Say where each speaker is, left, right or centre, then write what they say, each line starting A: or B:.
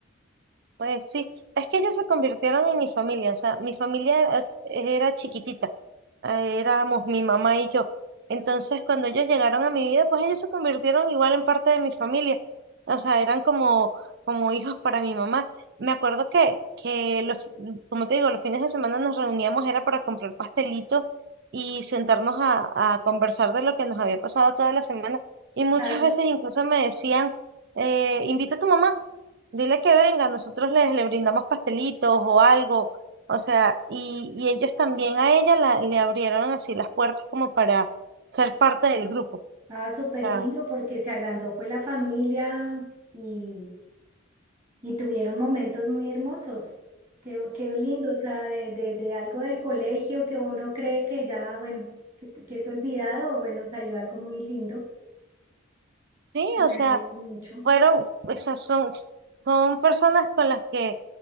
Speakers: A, on the right (about 55°); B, on the right (about 30°).
A: Pues sí, es que ellos se convirtieron en mi familia, o sea, mi familia era, era chiquitita, eh, éramos mi mamá y yo. Entonces, cuando ellos llegaron a mi vida, pues ellos se convirtieron igual en parte de mi familia, o sea, eran como, como hijos para mi mamá. Me acuerdo que, que los, como te digo, los fines de semana nos reuníamos, era para comprar pastelitos y sentarnos a, a conversar de lo que nos había pasado toda la semana. Y muchas
B: Claro,
A: veces incluso me decían, eh, invita a tu mamá. Dile que venga, nosotros les le brindamos pastelitos o algo, o sea, y, y ellos también a ella la, le abrieron así las puertas como para ser parte del grupo.
B: ah,
A: O
B: súper
A: sea,
B: lindo porque se agrandó fue la familia y, y tuvieron momentos muy hermosos. Qué, qué lindo, o sea, de, de, de algo del colegio que uno cree que ya, bueno, que, que es olvidado, bueno, salió algo muy lindo.
A: sí,
B: Me
A: o sea,
B: alegro mucho.
A: fueron, esas son, son personas con las que